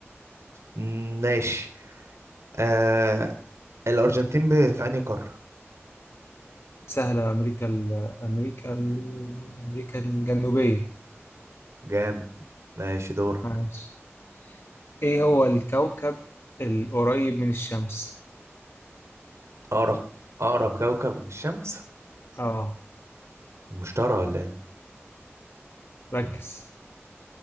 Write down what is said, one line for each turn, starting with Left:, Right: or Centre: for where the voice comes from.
Right: مم، ماشي آه الارجنتين ب- في انهي قارة
Left: سهلة أمريكا ال أمريكا ال أمريكا الجنوبية
Right: جامد ماشي دورك
Left: عاش إيه هو الكوكب القريب من الشمس؟
Right: اقرب اقرب كوكب من الشمس
Left: اه
Right: المشتري ولا ايه
Left: ركز